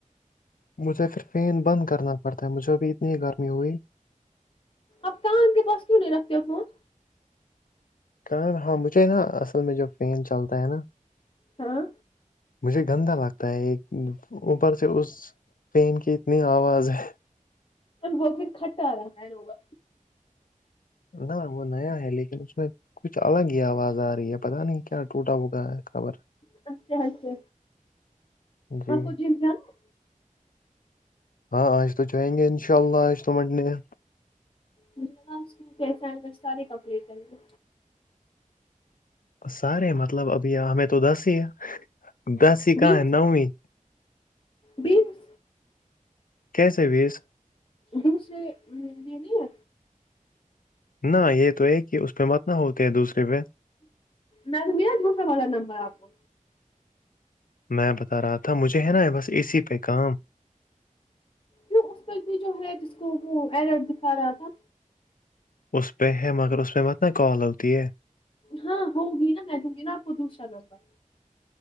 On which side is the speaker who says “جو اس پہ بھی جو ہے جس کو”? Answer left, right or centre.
Left